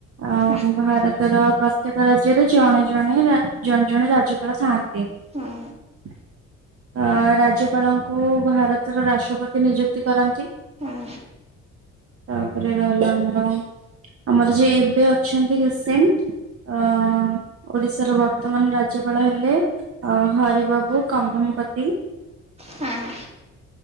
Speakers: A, on the right; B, on the right.
A: ଅ
B: ହଁ
A: ଭାରତର ପ୍ରତ୍ୟେକ ରାଜ୍ୟରେ ଜଣେ ଜଣେ ଜଣେ ଜଣେ ରାଜ୍ୟପାଳ ଥାଆନ୍ତି,
B: ହଁ
A: ଅ ରାଜ୍ୟପାଳ କୁ ଭାରତର ରାଷ୍ଟ୍ରପତି ନିଯୁକ୍ତି କରନ୍ତି।
B: ହଁ
A: ତାପରେ ରହିଲା ଆମର ଆମର ଯିଏ ଏବେ ଅଛନ୍ତି ରିସେଣ୍ଟ ଅ ଓଡିଶାର ବର୍ତ୍ତମାନ ରାଜ୍ୟପାଳ ହେଲେ ହରି ବାବୁ କମ୍ଭମପତ।
B: ହଁ।